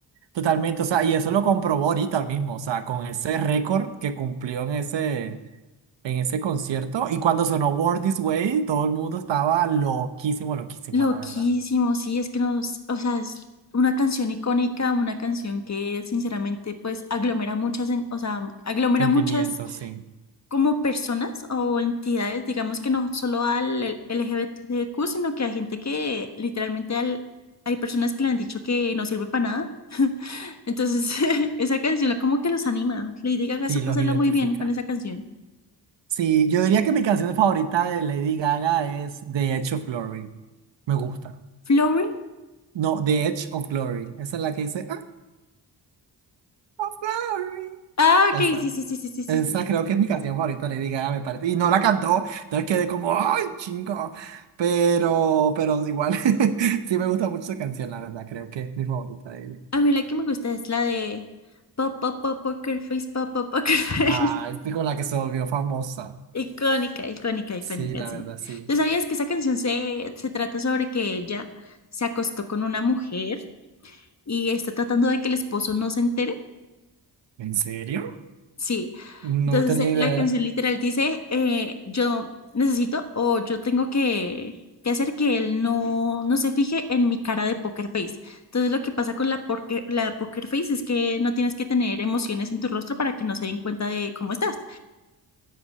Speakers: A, on the right; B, on the left.
A: Totalmente, o sea, y eso lo comprobó ahorita mismo, o sea, con ese récord que cumplió en ese, en ese concierto. Y cuando sonó Born This Way, todo el mundo estaba loquísimo, loquísimo,
B: Loquísimo,
A: la verdad.
B: sí, es que nos, o sea, es una canción icónica, una canción que sinceramente pues aglomera muchas, en- o sea, aglomera
A: Sentimientos,
B: muchas
A: sí,
B: como personas o entidades, digamos que no solo al L- LGBTQ, sino que a gente que literalmente al- hay personas que le han dicho que no sirve para nada. <laughs> Entonces, <laughs> esa canción como que los anima. Lady Gaga
A: sí,
B: supo
A: los
B: hacerla
A: identifica.
B: muy bien con esa canción.
A: Sí, yo diría que mi canción favorita de Lady Gaga es The Edge of Glory. Me gusta.
B: Flowering.
A: No, The Edge of Glory. Esa es la que dice, "Ah, of Glory.
B: Ah, ok,
A: Esa.
B: sí, sí, sí, sí, sí,
A: Esa
B: sí.
A: creo que es mi canción favorita de Lady Gaga, me parece. Y no la cantó, entonces quedé como, ¡ay, chingo! Pero, pero igual, <laughs> sí me gusta mucho esa canción, la verdad, creo que es mi favorita de ella.
B: A mí la que me gusta es la de Pop, Pop, Pop, Poker Face, Pop, Pop, Poker Face.
A: Ah, es con la que se volvió famosa.
B: <laughs> Icónica, icónica, icónica,
A: Sí, la
B: sí.
A: verdad, sí.
B: ¿Tú sabías que esa canción se, se trata sobre que ella se acostó con una mujer y está tratando de que el esposo no se entere?
A: ¿En serio?
B: Sí,
A: No
B: entonces
A: tenía
B: eh,
A: idea.
B: la canción literal dice, eh, yo necesito o yo tengo que, que hacer que él no, no se fije en mi cara de poker face. Entonces lo que pasa con la, porque, la poker face es que no tienes que tener emociones en tu rostro para que no se den cuenta de cómo estás.